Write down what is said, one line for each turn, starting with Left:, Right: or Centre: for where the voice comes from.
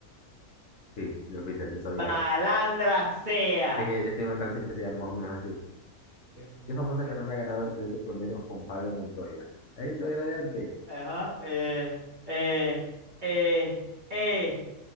Left: sí, los Beatles, yo sabía.
Right: ¡Balandra sea!
Left: Es que ellos tienen una canción que se llama más o menos así.
Right: Qué famosa
Left: ¿Qué famosa
Right: cara.
Left: carrera ha ganado el piloto colombiano Juan Pablo Montoya? Ahí todavía la de antes.
Right: Ajá. Eh, eh, eh, eh.